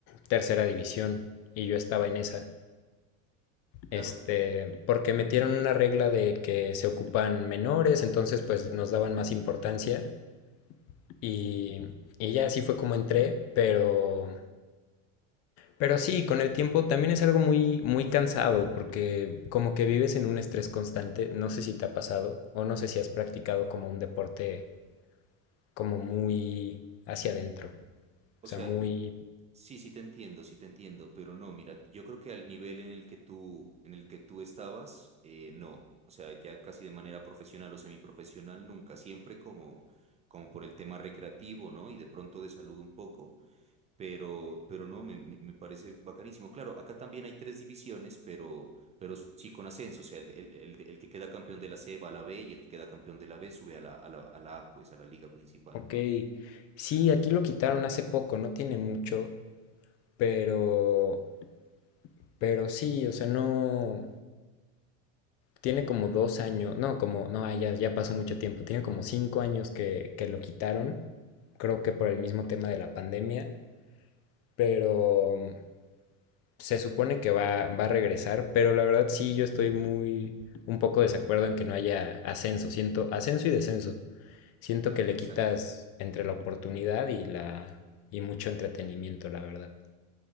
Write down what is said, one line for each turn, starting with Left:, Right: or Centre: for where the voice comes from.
Left: tercera división y yo estaba en esa. Este,
Right: Claro, por-
Left: porque metieron una regla de que se ocupan menores, entonces pues nos daban más importancia y, y ya así fue como entré, pero, pero sí, con el tiempo también es algo muy, muy cansado porque como que vives en un estrés constante, no sé si te ha pasado o no sé si has practicado como un deporte como muy hacia adentro, o
Right: o
Left: sea,
Right: sea,
Left: muy,
Right: sí, sí te entiendo, sí te entiendo, pero no, mira, yo creo que al nivel en el que tú, en el que tú estabas, eh, no. O sea, ya casi de manera profesional o semiprofesional, nunca, siempre como, como por el tema recreativo, ¿no? Y de pronto de salud un poco. pero, pero no, me, me- me parece bacanísimo. Claro, acá también hay tres divisiones, pero, pero sí con ascenso, o sea, el, el- el- el que queda campeón de la C va a la B y el que queda campeón de la B sube a la, a la, a la A, pues a la liga principal.
Left: ok, sí, aquí lo quitaron hace poco, no tiene mucho, pero... Pero sí, o sea, no, tiene como dos años, no, como, no, ya, ya pasó mucho tiempo, tiene como cinco años que, que lo quitaron, creo que por el mismo tema de la pandemia, pero mm, se supone que va, va a regresar, pero la verdad sí, yo estoy muy, un poco desacuerdo en que no haya ascenso, siento, ascenso y descenso, siento
Right: Claro,
Left: que le
Right: exacto.
Left: quitas entre la oportunidad y la, y mucho entretenimiento, la verdad.